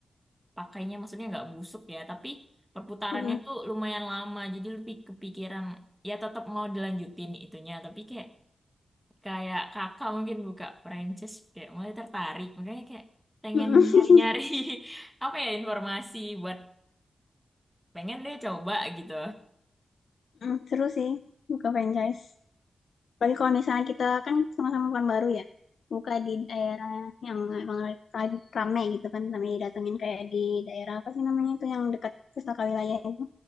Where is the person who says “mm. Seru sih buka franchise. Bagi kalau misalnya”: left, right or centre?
Left